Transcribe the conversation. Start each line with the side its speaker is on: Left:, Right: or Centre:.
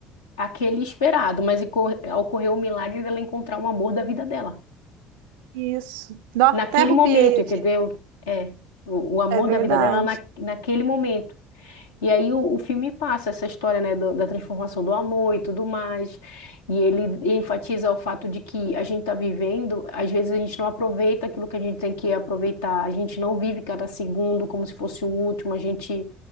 Left: aquele esperado, mas eco- ocorreu o milagre dela encontrar o amor da vida dela.
Right: Isso. Nó, até
Left: Naquele
Right: arrupiei
Left: momento, entendeu?
Right: aqui.
Left: É, o, o amor
Right: É verdade.
Left: da vida dela na, naquele momento. E aí o, o filme passa essa história, né, do- da transformação do amor e tudo mais. E ele enfatiza o fato de que a gente está vivendo, às vezes a gente não aproveita aquilo que a gente tem que aproveitar, a gente não vive cada segundo como se fosse o último, a gente